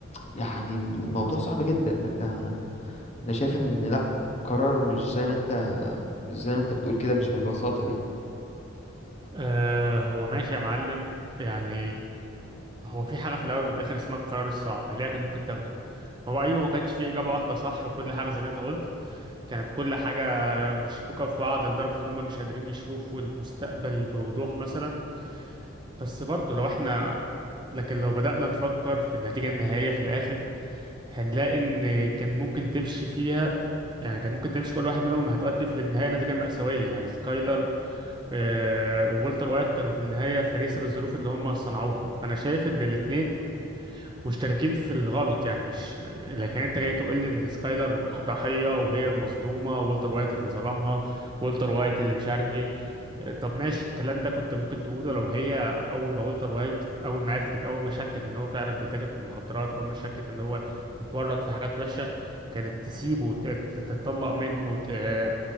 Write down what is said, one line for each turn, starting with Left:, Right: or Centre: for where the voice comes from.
Left: يعني الموضوع صعب جدا يعني انت انا شايف ان لا قرار مش زي ما انت مش زي ما انت بتقول كده مش بالبساطة دي
Right: آه هو ماشي يا معلم يعني هو في حاجه في الاول والاخر اسمها القرار الصعب اللي هي كانت ممكن تاخده هو ايوه ما كانش فيه اجابه واحده صح وكل حاجه زي ما انت قلت كانت كل حاجه مشبوكه في بعض لدرجه ان هم مش قادرين يشوفوا المستقبل بوضوح مثلا بس برضه لو احنا لكن لو بدأنا نفكر في النتيجه النهائيه في الاخر هنلاقي ان كان ممكن تمشي فيها يعني كان ممكن تمشي كل واحد منهم هتؤدي في النهايه نتيجه مأساويه يعني سكايلر آه، وولتر وايت كانوا في النهايه فريسه للظروف اللي هم صنعوها فانا شايف ان الاثنين مشتركين في الغلط يعني مش لكن انت جاي تقول لي ان سكايلر ضحية وهي المظلومة والتر وايت اللي ظلمها والتر وايت اللي مش عارف ايه اه، طب ماشي الكلام ده كنت ممكن تقوله لو هي اول ما والتر وايت اول ما عرفت اول ما شكت ان هو فعلا بيتاجر في المخدرات اول ما شكت ان هو متورط في حاجات وحشة كانت تسيبه وت- ت- تتطلق منه ت-